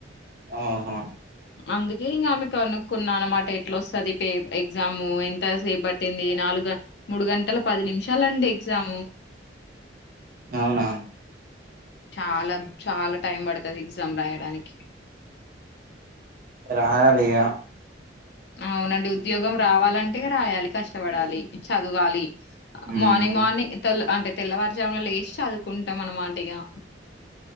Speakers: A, on the right (about 45°); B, on the left (about 60°).
A: ఆహా
B: అందుకే ఇంకామె కనుక్కున్నా అనమాట ఎట్లా వస్తుంది పే ఎగ్జాము ఎంత సేపు పట్టింది నాలుగు మూడు గంటల పది నిమిషాలండి ఎగ్జాము
A: అవునా
B: చాలా చాలా టైం పడుతుది ఎగ్జామ్ రాయడానికి
A: రాయాలి ఇగ
B: అవునండి ఉద్యోగం రావాలంటే రాయాలి కష్టపడాలి చదవాలి
A: మ్మ్
B: మార్నింగ్ మార్నింగ్ తల్లు అంటే తెల్లవారుజామున లేసి చదువుకుంటాం అనమాటిగా